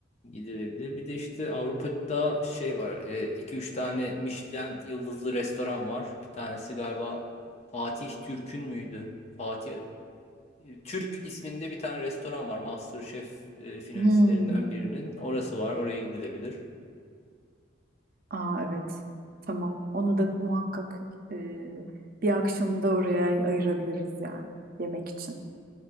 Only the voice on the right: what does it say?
Hmm.
Aa evet. Tamam. Onu da muhakkak e, bir akşamı da oraya ayırabiliriz yani yemek için.